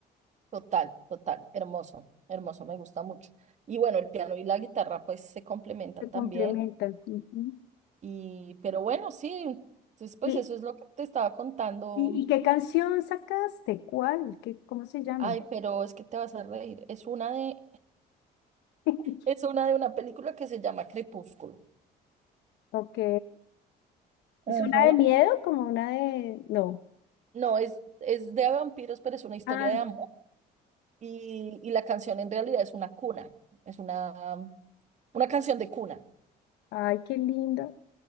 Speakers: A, on the right; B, on the left.
A: Total, total, hermoso, hermoso, me gusta mucho. Y bueno, el piano y la guitarra pues se complementan
B: se complementan.
A: también.
B: Ujú.
A: Y, pero bueno, sí, entonces pues
B: ¿Y,
A: eso es lo que te estaba contando.
B: y, y qué canción sacaste? ¿Cuál? ¿Qué, cómo se llama?
A: Ay, pero es que te vas a reír. Es una de,
B: <laughs>
A: es una de una película que se llama Crepúsculo.
B: Ok. ¿Es
A: Ujú.
B: una de miedo? Como una de... No.
A: No, es, es de vampiros, pero es una historia
B: Ah,
A: de amor. Y, y la canción en realidad es una cuna. Es una, una canción de cuna.
B: ay, qué lindo.